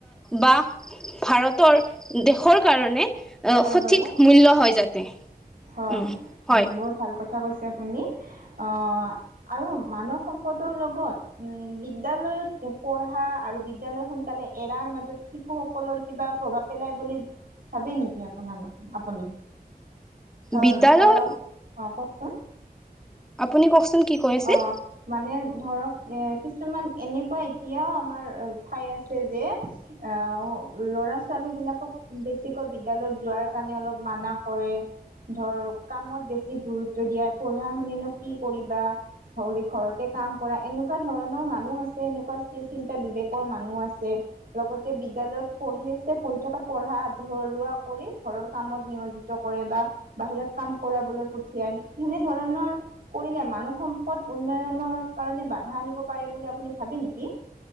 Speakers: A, in the centre; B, on the right.
A: বা ভাৰতৰ দেশৰ কাৰণে অ',
B: হয়
A: সঠিক
B: বাৰু
A: মূল্য হয় যাতে।
B: হয়,
A: উম হয়
B: বহুত ভাল কথা কৈছে আপুনি। অ' আৰু মানৱ সম্পদৰ লগত বিদ্যালয়ৰ পঢ়া আৰু বিদ্যালয় সোনকালে এৰাৰ মাজত শিশুসকলৰ কিবা প্ৰভাৱ পেলাই বুলি ভাবে নেকি আপোনালোক আপুনি? ধৰ
A: বিদ্যালয়
B: ধৰক অ', কওকচোন।
A: আপুনি কওকচোন কি কৈ আছিল?
B: অ মানে ধৰক এ কিছুমান এনেকুৱা এতিয়াও আমাৰ ঠাই আছে যে। আহ, ল'ৰা-ছোৱালী বিলাকক বেছিকৈ বিদ্যালয়ত যোৱাৰ কাৰণে অলপ মানা কৰে। ধৰ কামত বেছি গুৰুত্ব দিয়া, পঢ়া শুনি নো কি কৰিবা। ধৰি ঘৰতে কাম কৰাই এনেকুৱা ধৰণৰ মানুহ আছে এনেকুৱা চি চিন্তা বিবেকৰ মানুহ আছে। লগতে বিদ্যালয়ত পঢ়ি আছে, পঢ়ি থকাত পঢ়া আধৰুৱা কৰি ঘৰৰ কামত নিয়োজিত কৰে বা বাহিৰত কাম কৰাবলৈ পঠিয়াই, তেনেধৰণৰ কৰিলে মানুহ সম্প পথ উন্নয়নৰ কাৰণে বাধা আনিব পাৰে বুলি আপুনি ভাবে নেকি?